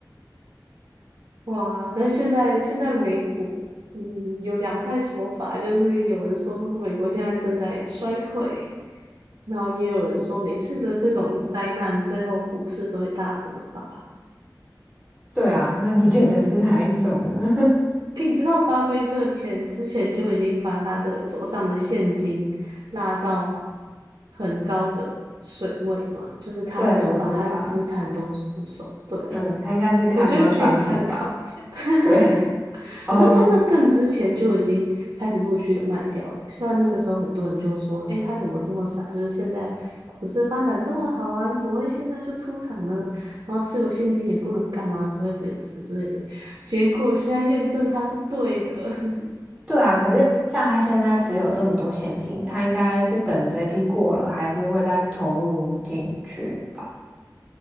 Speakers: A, on the right (about 75°); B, in the centre.
A: 哇，但现在现在美股，嗯，有两派说法，就是有人说美国现在正在衰退，然后也有人说每次的这种灾难，最后股市都会大喷发。
B: 对啊，那你觉得是哪一种呢？
A: 诶，你知道巴菲特前之前就已经把他的手上的现金拉到很高的水位嘛，就是他都把他的资产都出手，
B: <laughs> 对，我知道，
A: 对，
B: 嗯，他应该是看到川普吧？
A: 我觉得可以参考一下。<laughs>
B: 对，<laughs> 哦，
A: 好像在那更之前就已经开始陆续的卖掉了。虽然那个时候很多人就说：“诶，他怎么这么傻？就是现在股是发展这么好啊，你怎么会现在就出场呢？然后持有现金也不能干嘛，只会贬值之类的。”结果现在验证它是对的，<laughs>
B: 对啊，可是像他现在只有这么多现金，他应该是等这批过了，还是会再投入进去吧？